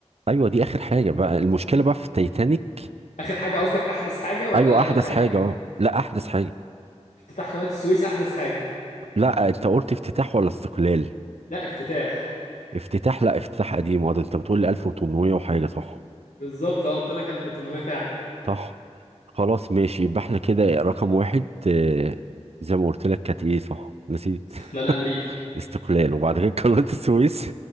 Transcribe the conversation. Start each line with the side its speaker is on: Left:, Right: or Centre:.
Right: ايوه دي اخر حاجه بقى المشكله بقى في تايتانيك
Left: اخر حاجه قصدك احدث حاجه ولا
Right: ايوه
Left: اقدم
Right: احدث
Left: حاجه
Right: حاجه اه لا احدث حاجه
Left: افتتاح قناه السويس احدث حاجه
Right: لا آه، انت قلت افتتاح ولا استقلال
Left: لا افتتاح
Right: افتتاح لا افتتاح قديم وده انت بتقول لي 1800 وحاجه صح
Left: بالظبط اه قلت لك 1800 فعلا
Right: صح خلاص ماشي يبقى احنا كده رقم واحد آه زي ما قلت لك كانت ايه صح نسيت
Left: استقلال امريكا
Right: <laughs> استقلال وبعد كده قناه السويس